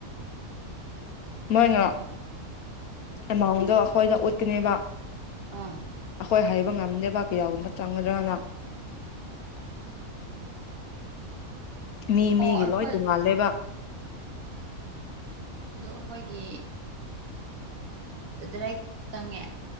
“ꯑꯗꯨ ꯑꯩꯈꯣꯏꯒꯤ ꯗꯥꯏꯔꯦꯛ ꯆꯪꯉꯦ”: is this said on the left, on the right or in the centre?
Right